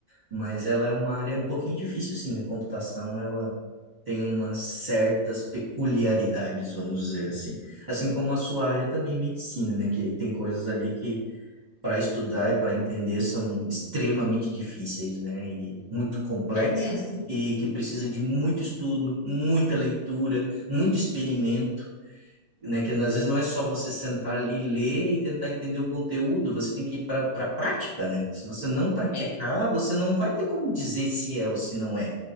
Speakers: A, on the right; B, on the left.
A: Mas ela é uma área um pouquinho difícil, sim. A computação, ela tem umas certas peculiaridades, vamos dizer assim. Assim como a sua área também, medicina, né? Que tem coisas ali que para estudar e para entender são extremamente difíceis, né? E muito complexas
B: É mesmo?
A: e que precisa de muito estudo, muita leitura, muito experimento né? Que às vezes não é só você sentar ali, ler e tentar entender o conteúdo, você tem que ir para a prática, né? Se você não praticar,
B: É.
A: você não vai ter como dizer se é ou se não é.